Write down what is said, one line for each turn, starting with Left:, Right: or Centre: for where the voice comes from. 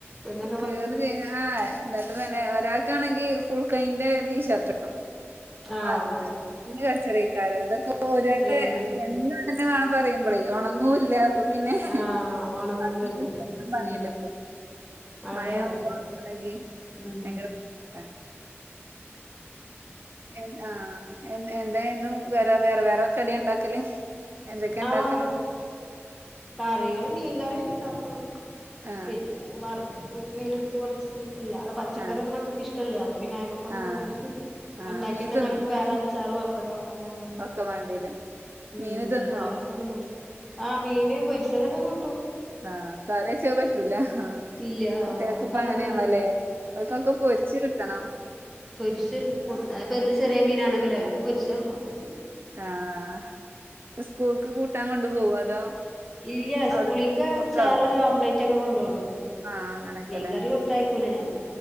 Centre: എന്നൊ
Right: കീറു ചെയു ആ് എന്നിട്ട് തന്നെ ഒരാൾക്കാണെങ്കി ഫുൾ കൈന്റെ ടീഷർട്ട് വണം അപ്പൊ
Centre: ആഹ്
Right: അത് കച്ചറയ്ക്കാരം എന്തൊക്ക ഒരേട്ട <unintelligible>
Centre: ഏഹ്
Right: <unintelligible> പറയുമ്പള് പറയുമ്പോളേ ഉണങ്ങുല്ല അപ്പൊ പിന്നെ <unintelligible>
Centre: ആഹ് ഒണങ്ങൂലല്ലോ
Right: പണിയല്ലോ
Centre: ഉം
Right: ഇപ്പൊ
Centre: മഴല്ലേ
Right: മയ <unintelligible> നങ്കി
Centre: ഉം
Right: ഭയങ്കര ബുദ്ധി <unintelligible> അ <unintelligible> ആ എന്തഎന്നും വേറെ വേറെവേറെ കടി ഉണ്ടാക്കല് എന്തൊക്കെ ഉണ്ടാക്കല്ണ്ട്
Centre: ആഹ് കറികള് മീൻകറിഇണ്ടാക്കൂ
Right: ആ
Centre: പിന്നെ വറക്കും മീന ഇടുത്ത് കൊറച്ച് ഇല്ലതെ പച്ചക്കറി
Right: ആ
Centre: ഒനും മക്കൾക്ക് ഇഷ്ടല്ലലൊ അപ്പൊ പിന്നൊയ്മക്കൊന്നും
Right: ആ
Centre: പോവില്ല
Right: ആ
Centre: ഉണ്ടാക്കിയാ
Right: മീൻ
Centre: തന്നെ
Right: തിന്നോ
Centre: അവർക്ക്
Right: മീൻ
Centre: വേറെ അച്ചാറും വപ്പടോ അങ്ങ <unintelligible> ണ്ടാക്കും
Right: ഒക്കെ വേണ്ടിവരും
Centre: ഉം
Right: മീന് തിന്നോ
Centre: അത അവർക്കൊന്നുംമ ആ മീന് പൊരിച്ചധൊക്കെ കു
Right: ആഹ കറിച്ചത് പറ്റൂല ആ
Centre: ഇല്ല
Right: കുട്ടികൾക്ക്
Centre: അതൊക്കെ
Right: ഇപ്പ
Centre: അങ്ങനത്തന്നെണ്ട്
Right: അങ്ങനെണല്ലോലേ ഓല്ക്ഒക്കെപൊരിച്ച് കിട്ടണം
Centre: പൊരിച്ചകൊ <unintelligible> അത് ഇപ്പൊ എന്ത് ചെറിയ മീനാണെങ്കിലും അവർക്ക് പൊരിചൊടുകൊടുക്കണം
Right: അആഹ സ്കൂൾക്ക് കൂട്ടാൻ കൊണ്ട് പോകൊ അതോ
Centre: ഇല്ല
Right: അവിടെ
Centre: സ്കൂളിക്ക് അച്ചാറ്
Right: ഒക്കെ അവിടുന്ന്
Centre: ആംബ്ലറ്റ് ഒക്കെ കൊണ്ടോള്ളൂ
Right: ആഹ് അങ്ങനൊക്കെല്ലേ
Centre: മീൻ കറി കൊടുത്തായിക്കൂല ഞാൻ